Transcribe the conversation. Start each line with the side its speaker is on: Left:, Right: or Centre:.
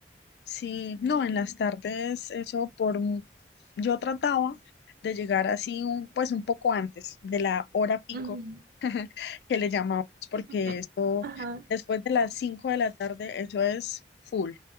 Left: Sí, no, en las tardes, eso por... mu- Yo trataba de llegar así un, pues un poco antes de la hora pico
Right: Ujú.
Left: que le llamamos, porque
Right: <laughs>
Left: eso,
Right: Ajá,
Left: después de las 5 de la tarde, eso es full.